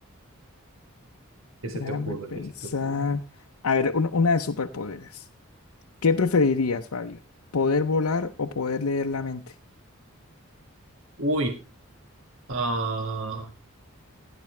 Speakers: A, on the right; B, on the left.
A: ¿Qué
B: déjame
A: se te ocurre?
B: pensar.
A: ¿Qué se te ocurre?
B: A ver, un- una de superpoderes. ¿Qué preferirías, Fabio? ¿Poder volar o poder leer la mente?
A: Uy, ah,